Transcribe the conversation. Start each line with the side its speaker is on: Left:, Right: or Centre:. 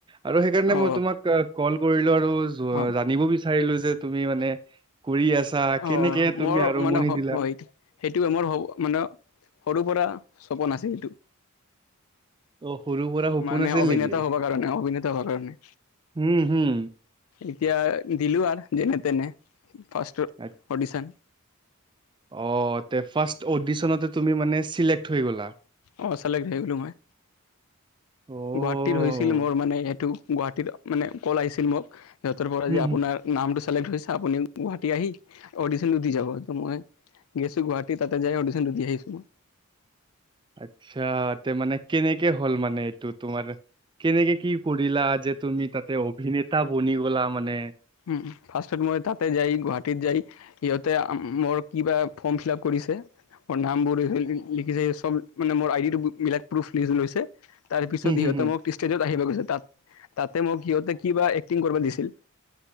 Right: আৰু সেইকাৰণে
Left: অ
Right: মই তোমাক কল কৰিলো আৰু
Left: অ
Right: জানিব বিচাৰিলো যে তুমি মানে কৰি আছা কেনেকে
Left: অ
Right: তুমি
Left: মোৰ
Right: আৰম্ভণি
Left: মানে সেই
Right: দিলা
Left: সেইটো মোৰ মানে সৰু পৰা চকোন আছে এইটো
Right: অ সৰু পৰা সপোন
Left: মানে
Right: আছিল
Left: অভিনেতা
Right: নেকি
Left: হব কাৰণে অভিনেতা হব কাৰণে
Right: হুম হুম
Left: এতিয়া দিলো আৰু যেনে তেনে পাষ্ট্
Right: আত-
Left: অ'ডিশন
Right: অ ফাৰ্ষ্ট অডিশনতে তুমি মানে চিলেক্ট হৈ গ'লা
Left: অ চালেক্ট হৈ গলো মই
Right: অ'
Left: গুৱাহাটীৰত হৈছিল মোৰ মানে সেটো গুৱাহাটীৰত মানে কল আহিছিল মোক সিহতৰ পৰা
Right: হুম
Left: আপোনাৰ
Right: হুম
Left: নাম টো চালেক্ট হৈছে আপুনি গুৱাহাটী আহি অডিশ্যনটো দি যাব মই গৈছো গুৱাহাটী তাতে যাই অডিশ্যনটো দি আহিছো মই
Right: আত্ছা তে মানে কেনেকে হ'ল মানে এইটো তোমাৰ কেনেকে কি কৰিলা যে তুমি তাতে অভিনেতা বনি গলা মানে
Left: উ ফাৰ্ষ্ট মই তাতে যাই গুৱাহাটীত যায় সিহঁতে মোৰ কিবা ফৰ্ম ফিল আপ কৰি ম নাম বোৰ লিখিছে চব মানে মোৰ আই ডি বিলাক প্ৰুফ লি লৈছে তাৰ পিছত
Right: হুম হুম
Left: সিহঁতে
Right: হুম
Left: মোক ষ্টেজত আহিব গৈছে তাত তাতে মোক সিহঁতে কিবা এক্টিং কৰিব দিছিল